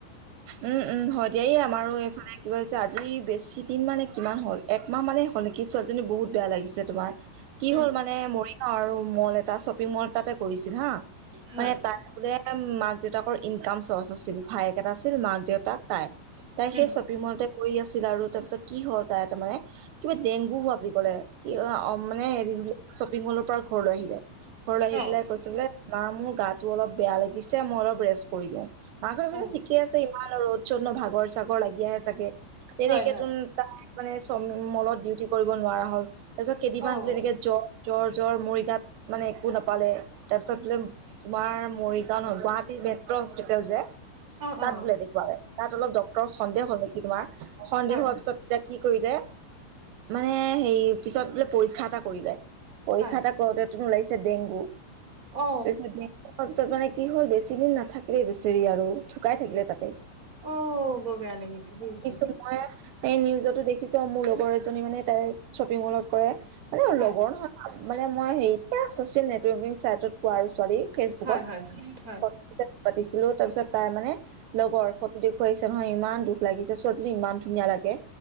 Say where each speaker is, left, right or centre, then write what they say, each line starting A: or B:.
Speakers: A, on the right (about 75°); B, on the right (about 20°).
A: উম-উম হয় দিয়া আমাৰো এইফালে কিবা হৈছে আজি বেছি দিন মানে কেইমাহ হ'ল, একমাহ মানে হ'ল নেকি ছোৱালীজনী বহুত বেয়া লাগিছে তোমাৰ। কি
B: উম,
A: হ'ল মানে মৰিগাঁও আৰু মল এটা, শ্বপিং মল এটাতে কৰিছিল হা
B: হয়,
A: মানে তাই বোলে মাক-দেউতাকৰ ইনকাম চৰ্চ আছিল, ভায়েক এটা আছিল মাক-দেউতাক তাই, তাই
B: উম।
A: সেই শ্বপিং মলতে কৰি আছিল আৰু তাৰপিছত, কি হ'ল তাৰমানে কিবা ডেংগু হোৱা বুলি ক'লে, কি অ' মানে এদিন বোলে শ্বপিং মলৰ পৰা ঘৰলৈ আহিলে, ঘৰলৈ
B: অ',
A: আহি পেলাই কৈছে বোলে মা মোৰ গাটো অলপ বেয়া লাগিছে, মই অলপ ৰেষ্ট কৰি লওঁ। মাকে ভাবিছে
B: অ',
A: ঠিকে আছে ইমান আৰু ৰ'দ-চ'দ ন' ভাগৰ-চাগৰ লাগি আহে চাগে, তেনেক
B: হয়, হয়,
A: চোন তাৰ মানে চ মলত ডিউটি কৰিব নোৱাৰা হ'ল, তাৰপিছত কেইদিনমান
B: অ',
A: বোলে এনেকে জ্বৰ জ্বৰ-জ্বৰ মৰিগাঁওত মানে একো নাপালে, তাৰপিছত বোলে তোমাৰ মৰিগাঁও নহয় গুৱাহাটীত মেট্ৰ' হস্পিতেল যে
B: অ',
A: তাত
B: অ',
A: বোলে দেখুৱালে, তাত অলপ ডক্তৰৰ সন্দেহ হ'ল নেকি তোমাৰ, সন্দেহ
B: হয়,
A: হোৱাৰ
B: হয়।
A: পিছত কি কৰিলে, মানে হেৰি পিছত বোলে পৰীক্ষা এটা কৰিলে। পৰীক্ষা
B: হয়
A: এটা কৰোঁতে চোন ওলাইছে ডেংগু,
B: অ
A: তাৰপিছত ডেংগু হোৱাৰ পিছত মানে কি হ'ল বেছি দিন নাথাকিলেই বেচেৰি আৰু ঢুকাই থাকিলে তাতে।
B: অ' বৰ বেয়া লাগিছে শুনি।
A: কিছু মই এই নিউজতো দেখিছ‌ মোৰ লগৰ এজনী মানে তাই শ্বপিং মলত কৰে, মানে
B: হয়
A: লগৰ নহয় মানে মই হেৰি এয়া চচিয়েল নেটৱৰ্কিং চাইটত পোৱা আৰু ছোৱালী ফেচবুকত
B: হয় হয় হয় হয়
A: <unintelligible> পাতিছিলো তাৰপিছত তাই মানে লগৰ, ফটো দেখুৱাইছে নহয় ইমান দুখ লাগিছে ছোৱালীজনী ইমান ধুনীয়া লাগে।